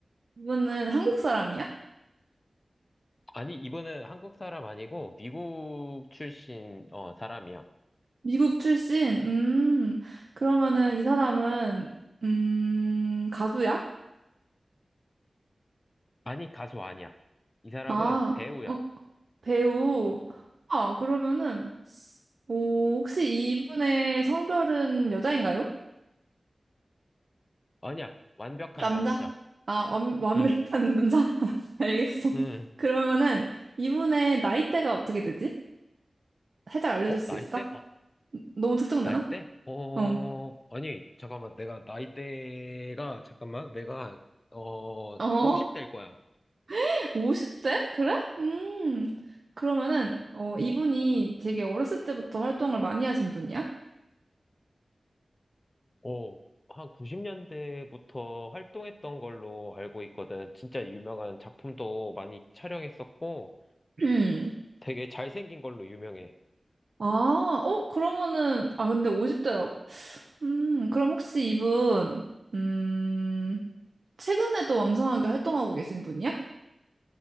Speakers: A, on the right (about 65°); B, on the left (about 35°).
A: 이분은 한국 사람이야?
B: 아니, 이분은 한국 사람 아니고, 미국 출신, 어, 사람이야.
A: 미국 출신? 음, 그러면은 이 사람은, 음, 가수야?
B: 아니, 가수 아니야. 이 사람은
A: 아.
B: 배우야.
A: 어? 배우. 아, 그러면은, 오, 혹시 이분의 성별은 여자인가요?
B: 아니야. 완벽한
A: 남자?
B: 남자.
A: 아, 완, 완벽한
B: 응,
A: 남자? <laughs> 알겠어.
B: 응.
A: 그러면은, 이분의 나이대가 어떻게 되지? 살짝 알려줄
B: 어,
A: 수
B: 나이대?
A: 있어?
B: 어,
A: 너무 특정되나?
B: 나이대? 어,
A: 어.
B: 아니, 잠깐만. 내가 나이대가, 잠깐만. 내가, 어,
A: 어?
B: 50대일 거야.
A: <laughs> 50대? 그래? 음. 그러면은, 어, 이분이 되게 어렸을 때부터 활동을 많이 하신 분이야?
B: 어, 한 90년대부터 활동했던 걸로 알고 있거든. 진짜 유명한 작품도 많이 촬영했었고,
A: 음.
B: 되게 잘생긴 걸로 유명해.
A: 아, 어, 그러면은, 아, 근데 50대라고? 음, 그럼 혹시 이분, 음, 최근에도 왕성하게 활동하고 계신 분이야?